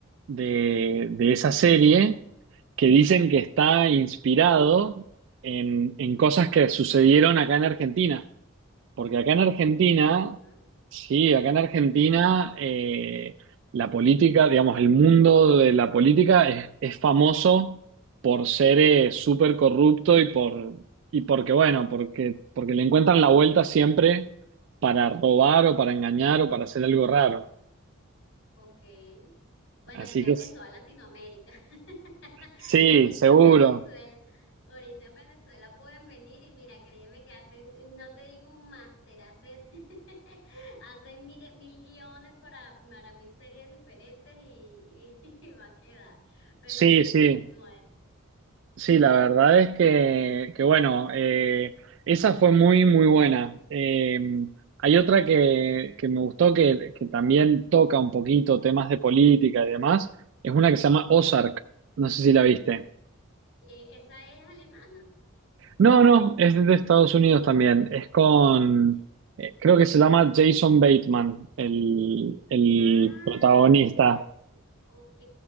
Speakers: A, on the right (about 60°); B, on the left (about 75°).
A: de, de esa serie que dicen que está inspirado en, en cosas que sucedieron acá en Argentina? Porque acá en Argentina,
B: Sí, ah,
A: sí, acá en Argentina eh, la política, digamos, el mundo de la política es, es famoso por ser eh, súper corrupto y por y porque, bueno, porque, porque le encuentran la vuelta siempre para robar o para engañar o para hacer algo raro.
B: ok. Bueno,
A: Así
B: creo
A: que s-
B: que en toda Latinoamérica. <laughs>
A: sí,
B: Ahorita
A: seguro.
B: en Venezuela, ahorita en Venezuela pueden venir y mira, créeme que hacen, no te digo un máster, hacen, <laughs> hacen mil, mil guiones para, para mil series diferentes y, y- <laughs> va a quedar. Pero
A: Sí,
B: sí,
A: sí.
B: continúa. Eh,
A: Sí, la verdad es que, que bueno, eh, esa fue muy, muy buena. Eh, hay otra que, que me gustó que, que también toca un poquito temas de política y demás. Es una que se llama Ozark. No sé si la viste.
B: esa es alemana.
A: No, no, es de Estados Unidos también. Es con,
B: Sí.
A: eh, creo que se llama Jason Bateman, el, el
B: Ah,
A: protagonista.
B: ya sé. Ok,